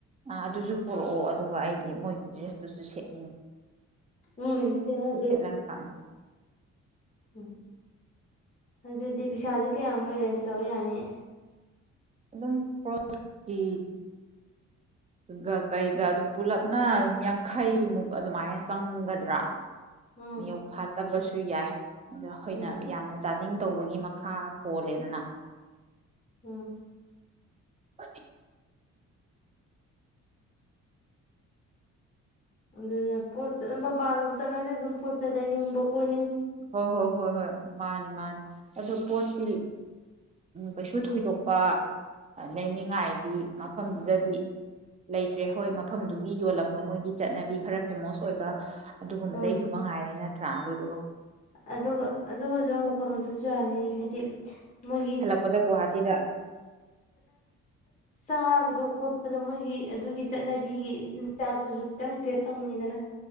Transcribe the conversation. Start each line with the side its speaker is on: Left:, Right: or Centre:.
Right: ꯑꯥ ꯑꯗꯨꯁꯨ ꯄꯨꯔꯛꯑꯣ ꯑꯗꯨꯒ ꯑꯩꯗꯤ ꯃꯣꯏꯒꯤ ꯗ꯭ꯔꯦꯁꯇꯨꯁꯨ ꯁꯦꯠꯦ
Left: ꯎꯝ ꯊꯃꯖꯦ
Right: ꯁꯦꯠꯂꯒ ꯀꯥꯞꯅꯤ
Left: ꯎꯝ ꯑꯗꯨꯗꯤ ꯄꯩꯁꯥꯁꯦ ꯀꯌꯥꯃꯨꯛ ꯑꯦꯔꯦꯟꯖ ꯇꯧꯧꯕ ꯌꯥꯅꯤ
Right: ꯑꯗꯨꯝ ꯈ꯭ꯔꯣꯁꯀꯤ ꯎ ꯀꯩꯒ ꯑꯗꯨꯝ ꯄꯨꯂꯞꯅ ꯑꯗꯨꯝ ꯌꯥꯡꯈꯩꯃꯨꯛ ꯑꯗꯨꯃꯥꯏꯅ ꯆꯪꯒꯗ꯭ꯔꯥ
Left: ꯎꯝ
Right: ꯌꯥꯎ ꯐꯥꯠ ꯇꯕꯁꯨ ꯌꯥꯏ ꯑꯗꯣ ꯑꯩꯈꯣꯏꯅ
Left: ꯎꯝ
Right: ꯌꯥꯝꯅ ꯆꯥꯗꯤꯡ ꯇꯧꯕꯒꯤ ꯃꯈꯥ ꯄꯣꯜꯂꯦꯗꯅ
Left: ꯑꯝ
Right: <inaudible>
Left: ꯑꯗꯨꯅ ꯄꯣꯠ ꯆꯩ ꯃꯄꯥꯟꯂꯣꯝ ꯆꯠꯂꯗꯤ ꯑꯗꯨꯝ ꯄꯣꯠ ꯆꯩ ꯂꯩꯅꯤꯡꯕ ꯀꯨꯏ
Right: ꯍꯣꯏ ꯍꯣꯏ ꯍꯣꯏ ꯍꯣꯏ ꯃꯥꯅꯤ ꯃꯥꯅꯤ ꯑꯗꯨ ꯄꯣꯠꯇꯤ ꯀꯩꯁꯨ ꯊꯣꯏꯗꯣꯛꯄ ꯂꯩꯅꯤꯡꯉꯥꯏꯗꯤ ꯃꯐꯝꯗꯨꯗꯗꯤ ꯂꯩꯇ꯭ꯔꯦ ꯍꯣꯏ ꯃꯐꯝꯗꯨꯒꯤ ꯌꯣꯜꯂꯝꯕ ꯃꯣꯏꯒꯤ ꯆꯠꯅꯕꯤ ꯈꯔ ꯐꯦꯃꯣꯁ ꯑꯣꯏꯕ ꯑꯗꯨꯒꯨꯝꯕ
Left: ꯎꯝ
Right: ꯂꯩꯗꯨ ꯃ ꯉꯥꯏꯔꯦꯅ ꯇ꯭ꯔꯥ ꯑꯗꯨ ꯑꯗꯨ
Left: ꯑꯗꯨꯒ ꯑꯗꯨꯒꯁꯨ ꯑꯃꯨꯛ ꯀꯩꯅꯣꯁꯨ ꯆꯥꯅꯩ ꯍꯥꯏꯗꯤ ꯃꯣꯏꯒꯤ
Right: ꯍꯜꯂꯛꯄꯗ ꯒꯨꯍꯥꯇꯤꯗ
Left: ꯆꯥꯕꯗꯣ ꯀꯣꯠꯄꯗꯣ ꯃꯣꯏꯒꯤ ꯑꯗꯨꯒꯤ ꯆꯠꯅꯕꯤꯒꯤ ꯆꯤꯟꯖꯥꯛꯗꯨꯁꯨ ꯈꯤꯇꯪ ꯇꯦꯁ ꯇꯧꯅꯤꯡꯉꯤꯗꯅ